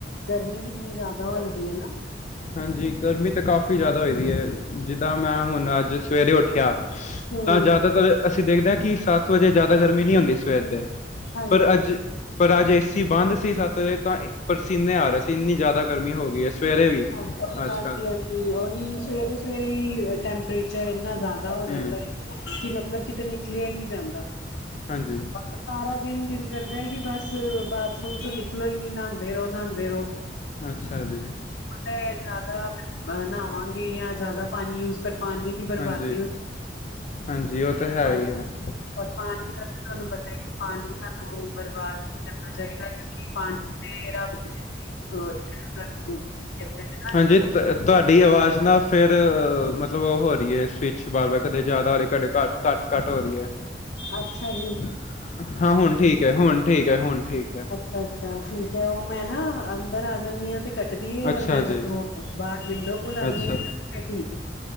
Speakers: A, on the left; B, on the left.
A: ਗਰਮੀ ਕਿਨੀ ਜਿਆਦਾ ਹੋਈ ਪਈ ਏ। ਨਾ-
B: ਹਾਂਜੀ, ਗਰਮੀ ਤਾਂ ਕਾਫੀ ਜਿਆਦਾ ਹੋਈ ਦੀ ਹੈ। ਜਿਦਾ ਮੈ ਹੁਣ ਅੱਜ ਸਵੇਰੇ ਉਠਿਆ-
A: ਹੂੰ,
B: ਤਾਂ ਜਿਆਦਾਤਰ ਅਸੀ ਦੇਖਦੇ ਹਾਂ। ਕਿ ਸੱਤ ਵਜੇ ਜ਼ਿਆਦਾ ਗਰਮੀ ਨਹੀ ਹੁੰਦੀ ਸਵੇਰ ਦੇ-
A: ਹਾਂਜੀ
B: ਪਰ ਅੱਜ,
A: ਹਾਂ
B: ਪਰ ਅੱਜ ਏਸੀ ਬੰਦ ਸੀ ਸਤ ਵਜੇ ਤਾਂ ਪਸੀਨੇ ਆ ਰਹੇ ਸੀ। ਇਨੀ ਜਿਆਦਾ ਗਰਮੀ ਹੋ ਗਈ ਹੈ। ਸਵੇਰੇ ਵੀ-
A: ਹਾਂਜੀ
B: ਅੱਜ ਕੱਲ੍ਹ
A: -ਹਾਂਜੀ ਉਹੀ ਸਵੇਰੇ, ਸਵੇਰੇ ਹੀ ਟੈਂਪਰੇਚਰ ਇਨਾ ਜਿਆਦਾ ਹੋ
B: ਹੂੰ
A: ਜਾਦਾ ਹੈ। ਕਿ ਮਤਲਬ ਕਿਤੇ ਨਿਕਲਿਆ ਹੀ ਨਹੀ ਜਾਂਦਾ-
B: ਹਾਂਜੀ-
A: ਸਾਰਾ ਦਿਨ ਦਿਲ ਕਰਦਾ ਹੈ। ਕਿ ਬੱਸ ਬਾਥਰੂਮ ਚੋਂ ਨਿਕਲੋ ਹੀ ਨੀ ਨਹਾਦੇ ਰਹੋ ਨਹਾਦੇ ਰਹੋ-
B: ਅੱਛਾ ਜੀ-
A: ਮੈਂ ਜਿਆਦਾ ਫ ਨਾਂਵਾਗੇ ਜਾਂ ਜਿਆਦਾ ਪਾਣੀ ਯੂਜ ਫ- ਪਾਣੀ ਦੀ ਬਰਬਾਦੀ,
B: ਹਾਂਜੀ ਹਾਂਜੀ ਉਹ ਤਾਂ ਹੈ
A: ਔਰ
B: ਹੀ ਹੈ
A: ਰ ਪਾਣੀ- ਇਹ ਤੇ ਤੁਹਾਨੂੰ ਪਤਾ ਹੈ। ਕਿ ਪਾਣੀ ਸਾਨੂੰ ਬਰਬਾਦ ਨਹੀ ਕਰਨਾ ਚਾਹੀਦਾ ਕਿਉ- ਪਾਣੀ ਦੇ ਰੱਬ ਦੇ ਸਾਨੂੰ- <inaudible> ਨੇ ਨਾ
B: ਹਾਂਜੀ,
A: ਕਿ ਬਖਸ਼ਿਸ਼
B: ਤੁਹਾਡੀ
A: ਹੈ।
B: ਆਵਾਜ ਨਾ ਫੇਰ ਮਤਲਬ ਉਹ- ਇਹ ਸਵਿਚ ਵਾਰ -ਵਾਰ ਕਦੇ ਜਿਆਦਾ ਹੋਵੇ ਕਦੇ ਘੱਟ- ਘੱਟ -ਘੱਟ ਵਧੀਆ ਹੈ।
A: ਅੱਛਾ ਜੀ।
B: ਹਾਂ ਹੁਣ ਠੀਕ ਹੈ। ਹੁਣ ਠੀਕ ਹੈ। ਹੁਣ ਠੀਕ ਹੈ।
A: ਅੱਛਾ ਠੀਕ ਹੈ। ਉਹ ਮੈ ਨਾ ਅੰਦਰ ਆ ਜਾਨੀਆਂ ਤੇ ਘਟ- ਟਦੀ ਹੈ
B: ਅੱਛਾ
A: ਔਰ ਮੈ ਜਦੋ
B: ਜੀ,
A: ਬਾਹਰ ਵਿਡੋ ਕੋਲ ਆ ਨੀ
B: ਅੱਛਾ।
A: ਹਾਂ ਫੇਰ ਠੀਕ-